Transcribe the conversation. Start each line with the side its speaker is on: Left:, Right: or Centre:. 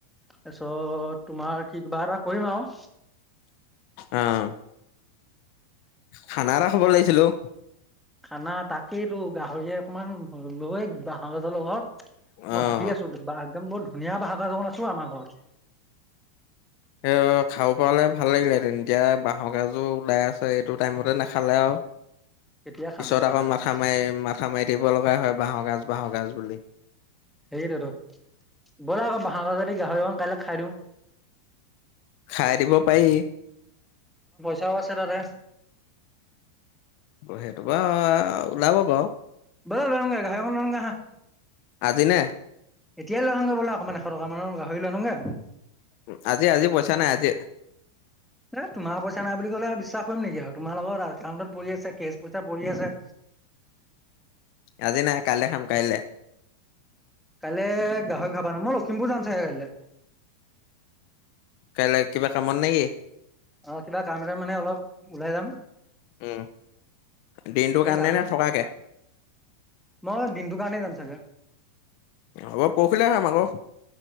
Centre: তাৰপিছত তোমাৰ কি কিবা এটা কৰিম আও।
Left: অ', খানা এটা খাব লাগিছিল অ।
Centre: খানা, তাকেই তো। গাহৰিয়ে অকমান লয়, বাঁহৰ গাছৰ লগত। মই
Left: অ',
Centre: ভাবি আছো একদম বৰ ধুনীয়া বাহ গাজ অকন আছে অ আমাৰ ঘৰত।
Left: এ খাওঁ। পোৱালে ভাল লাগিলে তেতিয়া বাঁহৰক গাজোৰ ওলাই আছে এইটো টাইমতে নাখালে আৰু।
Centre: কেতিয়া খাম
Left: পিছত
Centre: আৰু গাহৰি
Left: আকৌ মাথা
Centre: অকণ
Left: মাৰি মাথা মাৰি থাকিব লগা হয়। বাঁহ গাজ বাঁহৰ গাজ বুলি।
Centre: সেইতোত বলে আকৌ বহৰাজদি গাহৰি অকন কাইলৈ খাই দিওঁ।
Left: খাই দিব পাৰি।
Centre: চাও আছে তাতে।
Left: সেইটোপ ওলাব বাও।
Centre: বলা লৈ আহো গে গাহৰি অকন লৈ আনোগে অহা।
Left: আজিনে।
Centre: এতিয়াই লৈ আহওঁগ বললে অকণমান এশ টকা মানৰ গাহৰি লওঁগে।
Left: উ আজি আজি পইচা নাই আজি।
Centre: এ তোমাৰ পইচা নাই বুলি ক'লে বিশ্বাস কৰিম নেকি আৰু তোমাৰ লগত একাউণ্টত পৰি আছে কেচ পইচা পৰি আছে।
Left: আজি নাই কাইলৈ খাম কাইলৈ।
Centre: কাইলৈ গাহৰি খাবা নাই মই লখিমপুৰ যাম চাগে কাইলে।
Left: কাইলৈ কিবা কামত নে কি?
Centre: অ কিবা কাম ক মানে অলপ ওলাই যাম।
Left: উম দিনটো
Centre: এই
Left: কাৰণে
Centre: গাহৰি
Left: নে থকাকে।
Centre: মই দিনটো কাৰণে যাম চাগে।
Left: হ'ব পৰখিলে খাম আকৌ।